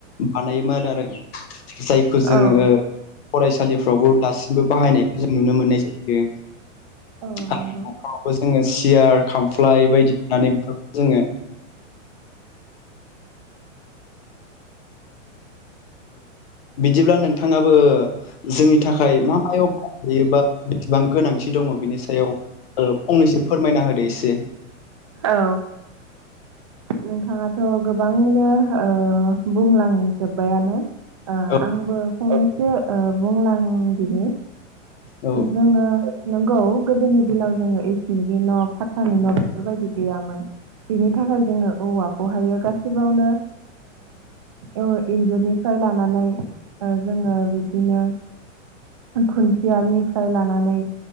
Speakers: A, on the left; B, on the right.
A: बानायोमोन आरो जायखौ जोङो
B: औ
A: फरायसालिफ्रावबो दासिमबो बाहायनायखौ जों नुनो मोननाय जायो
B: औ
A: आरो
B: नंगौ
A: नखरावबो जोङो सियार खामफ्लाय बायदि होननानै बेफोरखौ जोङो बिदिब्ला नोंथाङाबो जोंनि थाखाय मा मायाव थायोबा बिसेबां गोनांथि दङ बिनि सायाव फंनैसो फोरमायना होदो एसे
B: औ नोंथाङाथ' गोबाङैनो बुंलांजोब्बायानो
A: औ
B: आंबो फंनैसो बुंलां दिनै
A: औ
B: जोङो नंगौ गोदोनि दिनाव जोङो इसमितनि न' फाखानि न' बेफोरबायदि गैयामोन बेनि थाखाय जोङो औवाखौहायो गासैबावनो ओ इन्जुरनिफ्राय लानानै जोङो बिब्दिनो खुन्थियानिफ्राय लानानै